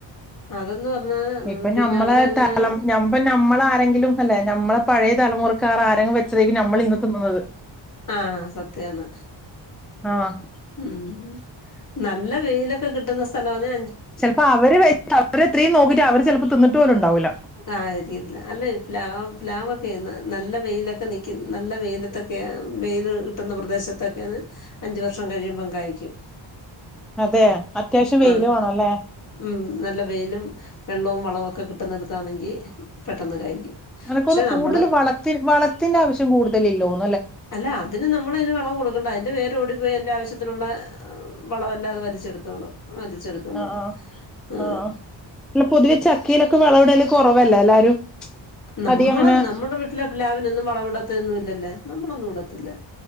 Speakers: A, on the left (about 40°); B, in the centre.
A: ആ അതെന്ന് പറഞ്ഞാ ഉം,
B: ഇപ്പൊ
A: പിന്നെ
B: ഞമ്മളെ
A: അവരങ്ങനെ
B: തലം ന ഞമ്മള ആരെങ്കിലും അല്ലേ ഞമ്മളെ പഴയ തലമുറക്കാർ ആരെലും വെച്ചതേക്കും നമ്മൾ ഇന്ന് തിന്നുന്നത്
A: ആഹ് സത്യാണ്
B: ആഹ്
A: ഉം നല്ല വെയിലൊക്കെ കിട്ടുന്ന സ്ഥലാനേ
B: ചെലപ്പോ അവര് വെച്ച് അവരത്രെ നോക്കിട്ട് അവര് ചെലപ്പോ തിന്നിട്ട് പോലും ണ്ടാവൂല
A: ആരിക്കില്ല അല്ലെ പ്ലാ പ്ലാവോക്കെ നല്ല വെയിലത്ത് നിക്കുന്ന നല്ല വെയിലത്തൊക്കെ വെയില് കിട്ടുന്ന പ്രദേശത്തൊക്കെയന്ന് അഞ്ച്‌ വർഷം കഴിയുമ്പം കായ്ക്കും
B: അതെ അത്യാവശ്യം വെയില്
A: ആഹ്
B: വേണല്ലേ
A: ഉം നല്ല വെയിലും വെള്ളവും വളവൊക്കെ കിട്ടുന്നെടുത്താണെങ്കി പെട്ടെന്ന് കായ്ക്കും
B: അനക്കൊന്ന്
A: പക്ഷെ നമ്മള്
B: കൂടുതൽ വളത്തി വളത്തിന്റെ ആവശ്യം കൂടുതലില്ലാന്ന്
A: അല്ല അതിന് നമ്മൾ അതിന് വളം കൊടുക്കണ്ട അതിന്റെ വേര് ഓടിപ്പോയി അതിന്റെ ആവശ്യത്തിനി ള്ള വളമല്ലാം അത് വലിച്ചെടുതോളും വലിച്ചെടുത്ത
B: ആഹ് ആഹ്
A: ആ
B: ആഹ് ആഹ് അല്ല പൊതുവെ ചക്ക യിലൊക്കെ വളം ഇടൽകുറവല്ല എല്ലാരും.
A: നമ്മള്
B: അധികം അങ്ങനെ
A: നമ്മുടെ വീട്ടിലെപ്ലാവിനൊന്നും വളവിടത്തൊന്നും ഇല്ലല്ലേ നമ്മളൊന്നും ഇടത്തില്ല